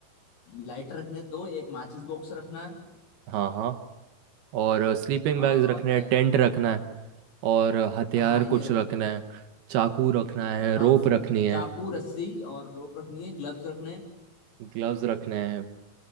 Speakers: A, on the left; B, on the right.
A: लाइटर रखने दो एक माचिस बॉक्स रखना है
B: हाँ हाँ और स्लीपिंग
A: और
B: बैग्स रखने
A: अ,
B: हैं टेंट रखना है और हथियार
A: हाँ ये
B: कुछ
A: रखना
B: रखना
A: है
B: है चाकू रखना है
A: हाँ
B: रोप रखनी है
A: चाकू रस्सी और रोप रखनी है ग्लव्स रखने हैं
B: ग्लव्स रखने हैं